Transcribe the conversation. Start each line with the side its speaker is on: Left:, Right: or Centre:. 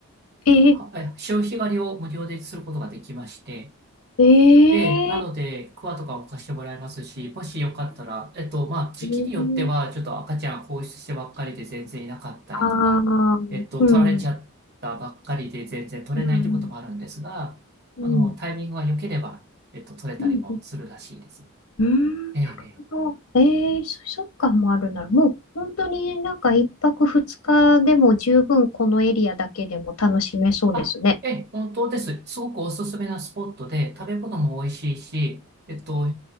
Left: えー、
Right: は、え、潮干狩りを無料ですることができまして、
Left: えー、
Right: ええ、なので、クワとかも貸してもらえますし、もしよかったら、えっと、まあ、時期によっては、
Left: えー、
Right: ちょっと赤ちゃん放出してばっかりで全然いなかったりとか、
Left: あー、
Right: えっと、
Left: うん、
Right: 取られちゃったばっかりで全然取れないってこともあるんですが、
Left: うん、うん、うん、
Right: あの、タイミングが良ければ、えっと、取れたりもするらしいです。
Left: うん、うん
Right: ええ、ええ
Left: と、えー、そそっかもあるなら、もう本当になんか一泊二日でも十分このエリアだけでも楽しめそうですね。
Right: あ、ええ、本当です。すごくおすすめなスポットで、食べ物も美味しいし、えっと、